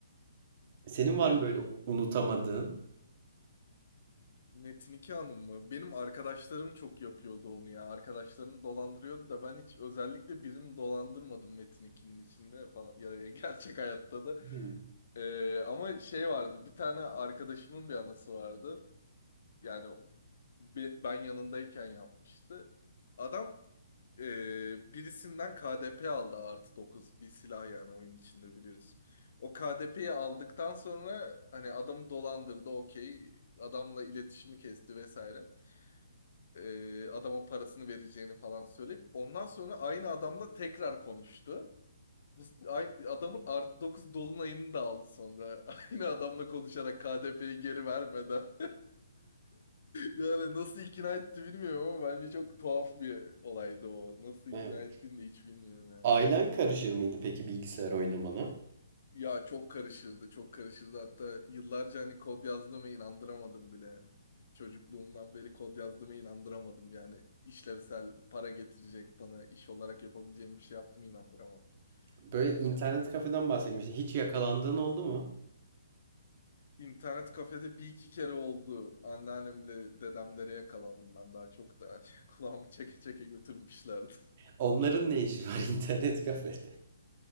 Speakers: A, on the right (about 35°); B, on the left (about 55°).
A: Senin var
B: Ya
A: mı böyle
B: şu-
A: u- unutamadığın?
B: Metin iki Hanım mı? Benim arkadaşlarım çok yapıyordu onu ya. Arkadaşlarım dolandırıyordu da ben hiç özellikle birini dolandırmadım Metin 2'nin içinde falan. Ya, ya gerçek hayatta da.
A: Hı.
B: Ee, ama şey vardı. Bir tane arkadaşımın bir anası vardı. Yani be- ben yanındayken yapmıştı. Adam e, birisinden KDP aldı artı 9 bir silah yani oyun içinde biliyorsun. O KDP'yi aldıktan sonra hani adamı dolandırdı okey adamla iletişimi kesti vesaire. E, adama parasını vereceğini falan söyleyip ondan sonra aynı adamla tekrar konuştu. Bu, aynı, adamın artı 9 dolunayını da aldı sonra. <laughs> Aynı adamla konuşarak KDP'yi geri vermeden. <laughs> Yani nasıl ikna etti bilmiyorum ama bence çok tuhaf bir olaydı o. Nasıl ikna
A: Evet.
B: ettiğini de hiç bilmiyorum yani.
A: Ailen karışır mıydı peki bilgisayar oynamana?
B: Ya çok karışırdı, çok karışırdı. Hatta yıllarca hani kod yazdığıma inandıramadım bile. Çocukluğumdan beri kod yazdığıma inandıramadım. Yani işlevsel para getirecek bana iş olarak yapabileceğim bir şey yaptım inandıramadım.
A: Böyle
B: Yani
A: internet kafeden bahsetmiştin. Hiç yakalandığın oldu mu?
B: internet kafede bir iki kere oldu. Anneannemle dedemlere yakalandım ben daha çok da. <laughs> Kulağımı çeke çeke götürmüşlerdi.
A: Onların ne işi var <laughs> internet kafede?